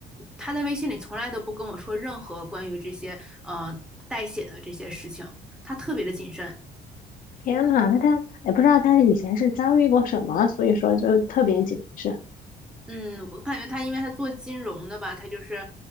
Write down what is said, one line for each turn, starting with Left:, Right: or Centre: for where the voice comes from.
Centre: 他在微信里从来都不跟我说任何关于这些呃代写的这些事情，他特别的谨慎。
Left: 天呐，那他也不知道他以前是遭遇过什么，所以说就特别谨慎。
Centre: 嗯，我感觉他，因为他做金融的吧，他就是，